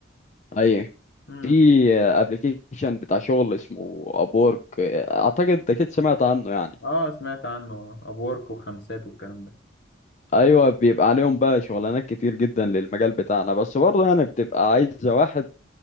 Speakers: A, on the left (about 35°); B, on the left (about 60°).
A: ايوه
B: امم
A: في ابلكيشن بتاع شغل اسمه ابورك اعتقد اكيد سمعت عنه يعني
B: اه سمعت عنه ابورك وخمسات والكلام ده
A: ايوه بيبقى عليهم بقى شغلانات كتير جدا للمجال بتاعنا بس برضه يعني بتبقى عايزه واحد